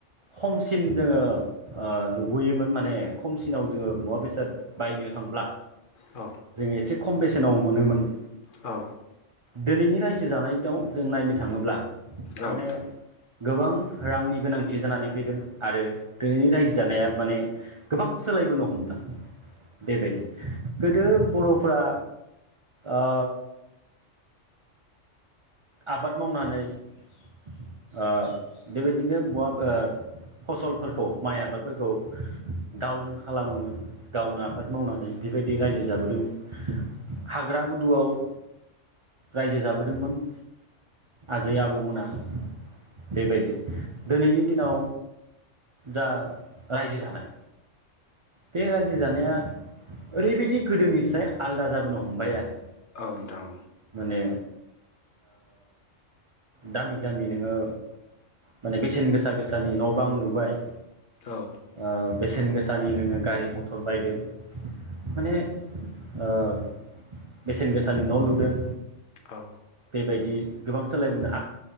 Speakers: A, on the right; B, on the left.
A: खमसिन जोङो ओ नुबोयोमोन माने खमसिनाव जोङो मुवा बेसाद बायनो थांब्ला
B: औ नोंथां औ नोंथां औ नोंथां औ नोंथां औ नोंथां औ नोंथां औ नोंथां
A: जों एसे खम बेसे सेनाव मोनोमोन।
B: औ
A: दोनैनि रायजो जानाय दाव जों नायनो थाङोब्ला
B: औ नोंथां।
A: माने गोबां रांनि गोनांथि जानानै फैदों। आरो दोनैनि रायजो जानाया माने गोबां सोलायबोनो हमदों। बे बायदि गोदो बर'फोरा ओ आबाद मावनानै ओ बेबायदिनो मुवा फसलफोरखौ माइ आबादफोरखौ गावनो खालामोमोन गावनो आबाद मावनानै बे बायदि बि रायजो जाबोदोंमोन। हाग्रा गुदुआव रायजो जाबोदोंमोन आजै आबौमोना <unintelligible> बेबायदि दिनैनि दिनाव जा रायजो जानाय बे रायजो जानाया ओरैबायदि गोदोनिफ्राय आलदा जाबोनो हमबाय आरो।
B: औ नोंथां।
A: माने दामि दामि नोङो माने बेसेन गोसा गोसानि न' बां लुबाय।
B: औ।
A: ओ बेसेन गोसानि नोङो गारि मथर बायदों। माने बेसेन गोसानि न' लुदों।
B: औ।
A: बेबायदि गोबां सोलायबोनो